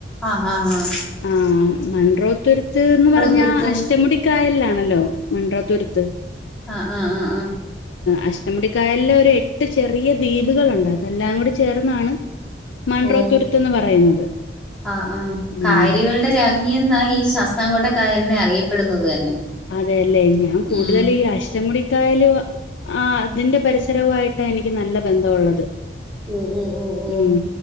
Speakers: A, in the centre; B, on the left.
A: ആഹ്
B: ആഹ് മൻറോത്തുരുത്ത് ന്ന് പർഞ്ഞാ
A: തുരുത്ത്
B: അഷ്ടമുടി കായൽലാണല്ലോ മൻറോത്തുരത്ത്
A: ആഹ് ആഹ് ആഹ് ആഹ്
B: അഷ്ടമുടിക്കായലിലൊരു എട്ട് ചെറിയ ദ്വീപുകളുണ്ട് അതെല്ലാം കൂടി ചേർന്നാണ് മൺട്രോ
A: ഓ
B: തുരുത്ത്ന്ന് പറയുന്നത്
A: ആഹ് ആഹ്
B: ഉം
A: കായലകളുടെ രാ രാക്നി എന്നാ ഈ ശാസ്താംകോട്ട കായലിനെ അറിയപ്പെടുന്നത് തന്നെ
B: അതെയല്ലേ ഞാൻ കൂടുതൽ
A: ഉം
B: ഈ അഷ്ടമുടിക്കായല് ആ അതിന്റെ പരിസരവയിട്ട് ട്ടാ എനിക്ക് നല്ല ബന്ധംവുള്ളത്
A: ഓ ഓ ഓ ഓ
B: ഉം